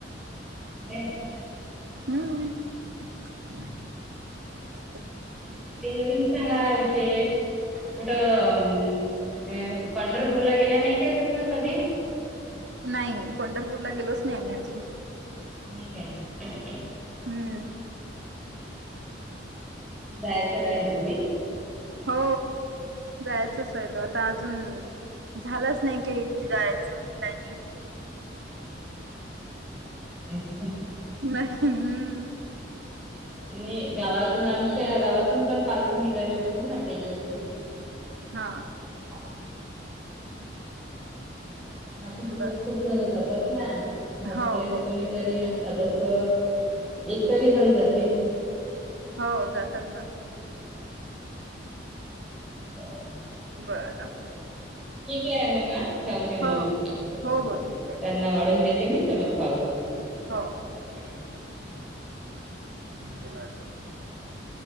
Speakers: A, in the centre; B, on the right.
A: हे <inaudible>
B: हम्म <inaudible>
A: काही नवीन सांगा विशेष कुठं अ अं पंढरपूर पूरला गेला नाही का तुम्ही कधी
B: नाही पंढरपूरला गेलोच नाही आम्ही अजून
A: क <inaudible>
B: हम्म
A: जायचं राहिलं नही.
B: हो जायचच राहिल आता अजून झालाच नाही काही जायचं प्लानिंग
A: ह <inaudible> ह <unintelligible>
B: नाही हम्म
A: नाही गावातून आमच्या गावातून पण पालखी निघाली होती ना गेली होती.
B: हा
A: ह <inaudible> बाकीचे
B: बर
A: खूप जण जातात ना घरचे
B: हो हो
A: कोणीतरी जसं एक तरी जण जाते.
B: हो जातात ना.
A: बा <inaudible>
B: बरं
A: ठीके आहे मग ठेवते मग
B: हो हो हो ठीक आहे
A: त्यांना वाढून देत मी तुम्हाला कॉल करती.
B: हो
A: ह <inaudible>
B: म <unintelligible>